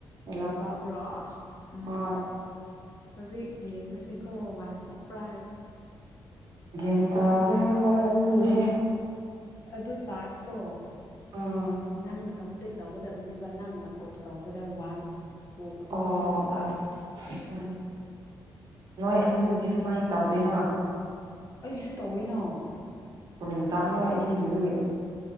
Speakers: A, on the right; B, on the left.
A: hello
B: ꯇꯥꯕ꯭ꯔ ꯎꯝ
A: ꯍꯣꯏ
B: ꯍꯧꯖꯤꯛ ꯌꯦꯡꯉꯁꯤꯀꯣ ꯐꯣꯄ꯭ꯔꯥ ꯍꯥꯏꯜꯗꯤ
A: ꯒꯤꯟꯇ꯭ꯔꯦ ꯍꯣꯏꯅꯤꯒꯤꯁꯦ
B: ꯑꯗꯨ ꯇꯥꯛꯁꯇꯣ
A: ꯎꯝ
B: ꯅꯪꯅ ꯀꯝꯄ꯭ꯂꯤꯠ ꯇꯧꯒꯗꯕꯅꯦꯕ ꯅꯪꯅ ꯀꯣꯜ ꯇꯧꯕꯗ ꯋꯥꯟ ꯇꯨ ꯑꯗꯨꯝ
A: ꯑꯣ
B: ꯊꯣꯛꯀꯅꯦꯕ
A: ꯑꯣ ꯎ ꯅꯣꯏ ꯑꯅꯤꯗꯨꯗꯤ
B: ꯑꯗꯨꯒꯤ
A: ꯑꯗꯨꯃꯥꯏꯅ ꯇꯧꯗꯣꯏꯅꯣ
B: ꯑꯩꯁꯨ ꯇꯧꯋꯤꯅ
A: ꯄꯨꯅꯤꯡ ꯇꯥꯡꯅ ꯑꯅꯤꯗꯨꯒꯤ